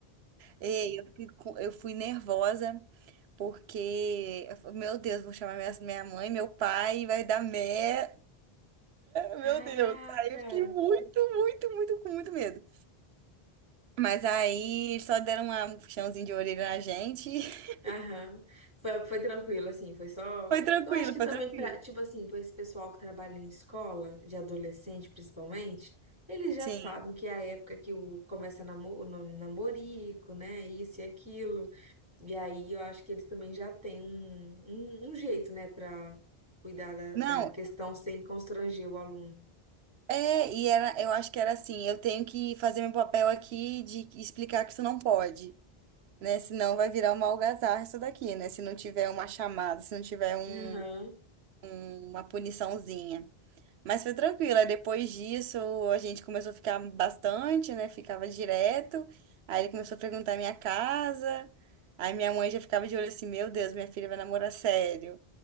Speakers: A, on the right (about 85°); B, on the right (about 25°).
A: E eu, fico- eu fui nervosa porque, eu falei, meu Deus, vou chamar minha, minha mãe, meu pai, vai dar merda. Meu
B: Caraca!
A: Deus. Aí eu fiquei muito, muito, muito, com muito medo. Mas aí eles só deram uma- um puxãozinho de orelha na gente. <laughs>
B: Aham. Foi, foi tranquilo, assim, foi só.
A: Foi tranquilo,
B: Eu acho que
A: foi
B: também
A: tranquilo.
B: pra, tipo assim, pra esse pessoal que trabalha em escola, de adolescente principalmente, eles já
A: Sim.
B: sabem que é a época que o, começa namo, o no- namorico, né? Isso e aquilo. E aí eu acho que eles também já têm um, um, um jeito, né, para cuidar da,
A: Não,
B: da questão sem constranger o aluno.
A: É, e era, eu acho que era assim, eu tenho que fazer meu papel aqui de explicar que isso não pode, né? Senão vai virar uma algazarra isso daqui, né? Se não tiver uma chamada, se não tiver um-
B: Aham.
A: uma puniçãozinha. Mas foi tranquilo, aí depois disso a gente começou a ficar bastante, né? Ficava direto. Aí ele começou a perguntar a minha casa. Aí minha mãe já ficava de olho assim, meu Deus, minha filha vai namorar sério.